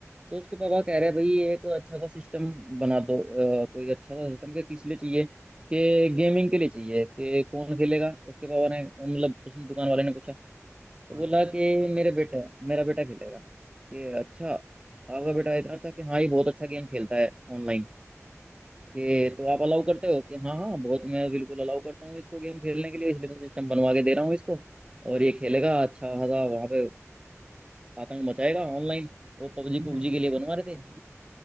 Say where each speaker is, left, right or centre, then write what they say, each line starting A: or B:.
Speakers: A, on the right; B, on the right.
A: तो उसके पापा कह रहे हैं भाई ये एक अच्छा सा सिस्टम बना दो अ, कोई अच्छा सा सिस्टम के किस लिए चाहिए कि गेमिंग के लिए चाहिए कि कौन खेलेगा उसके पापा ने मतलब उसने दुकान वाले ने पूछा तो
B: हाँ
A: बोला कि मेरे बेटा मेरा बेटा खेलेगा कि अच्छा आपका बेटा इतना अच्छा कि हाँ ये बहुत अच्छा गेम खेलता है ऑनलाइन कि
B: हाँ
A: तो आप अलाउ करते हो कि हाँ हाँ बहुत मैं बिल्कुल अलाउ करता हूँ इसको गेम खेलने के लिए इसलिए तो सिस्टम बनवा के दे रहा हूँ इसको और ये खेलेगा अच्छा खासा वहाँ पे आतंक मचाएगा ऑनलाइन वो पबजी
B: <laughs>
A: पबजी के लिए बनवा रहे थे